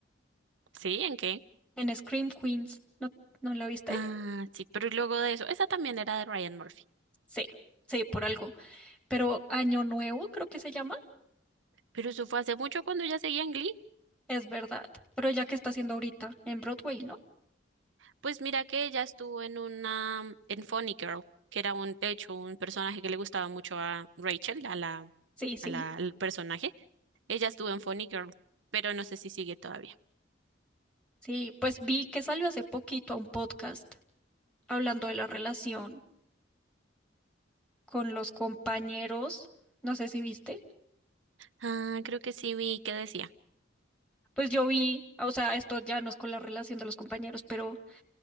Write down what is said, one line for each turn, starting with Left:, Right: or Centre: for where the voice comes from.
Right: ¿Sí? ¿En qué?
Centre: en Scream Queens. ¿No, no la viste?
Right: Ah, sí, pero luego de eso, esa también era de Ryan Murphy.
Centre: Sí, sí, por algo. Pero Año Nuevo, creo que se llama.
Right: Pero eso fue hace mucho cuando ya seguía en Glee.
Centre: Es verdad. Pero ella que está haciendo ahorita en Broadway, ¿no?
Right: Pues mira que ella estuvo en una, en Funny Girl, que era un, de hecho, un personaje que le gustaba mucho a Rachel, a la,
Centre: Sí, sí,
Right: a la, al personaje. Ella estuvo en Funny Girl, pero no sé si sigue todavía.
Centre: sí. Pues vi que salió hace poquito a un podcast hablando de la relación con los compañeros. No sé si viste.
Right: Ah, creo que sí vi que decía.
Centre: Pues yo vi, o sea, esto ya no es con la relación de los compañeros, pero